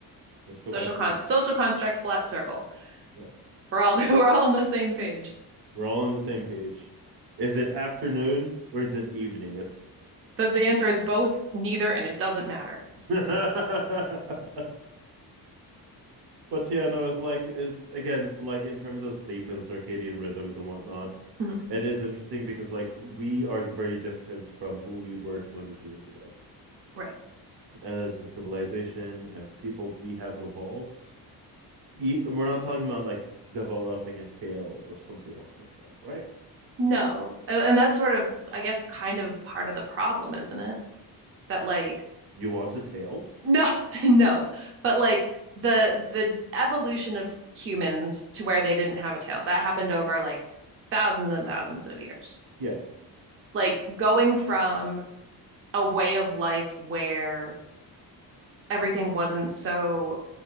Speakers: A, on the right; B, on the right.
A: Let's
B: Social
A: go back
B: con
A: to the time.
B: social construct flat circle.
A: Yes,
B: We're all <laughs> we're all on the same page.
A: we're all on the same page. Is it afternoon or is it evening? It's
B: The the answer is both, neither, and it doesn't matter.
A: <laughs> but yeah, no, it's like it's again, it's like in terms of sleep and circadian rhythms and whatnot,
B: Mhm.
A: it is interesting because like we are very different from who we were 200 years ago.
B: Right.
A: As a civilization, as people, we have evolved. E- We're not talking about like developing a tail or something else like that, right?
B: No. And that's sort of, I guess, kind of part of the problem, isn't it? That like
A: You want a tail?
B: No, <laughs> no. But like the the evolution of humans to where they didn't have a tail, that happened over like thousands and thousands of years.
A: Yeah.
B: Like going from a way of life where everything wasn't so